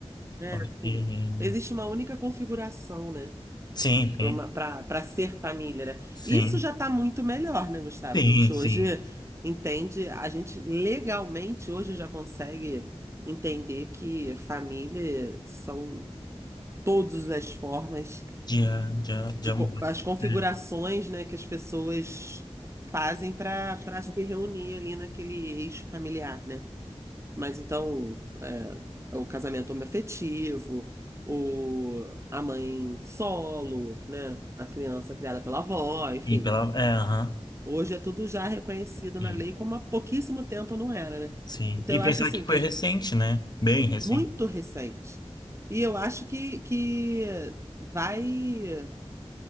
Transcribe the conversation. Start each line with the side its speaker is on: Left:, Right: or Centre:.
Right: É,
Left: Porque,
Right: sim. Existe uma única configuração, né?
Left: sim, tem,
Right: Para uma, para para ser família, né?
Left: sim,
Right: Isso já está muito melhor, né, Gustavo?
Left: sim,
Right: A gente hoje
Left: sim,
Right: entende, a gente legalmente hoje já consegue entender que família são todas as formas
Left: de, de, de
Right: de
Left: amor.
Right: co- as configurações,
Left: É,
Right: né, que as pessoas fazem para para se reunir ali naquele eixo familiar, né? Mas então, é, o casamento homoafetivo, o, a mãe solo, né? A criança criada pela avó, enfim.
Left: sim, pela, é, aham,
Right: Hoje é tudo já reconhecido
Left: sim,
Right: na lei, como há pouquíssimo tempo não era, né?
Left: sim.
Right: Então,
Left: E
Right: eu
Left: pensar
Right: acho assim,
Left: que foi
Right: que a gente,
Left: recente, né? Bem recente.
Right: muito recente. E eu acho que, que vai,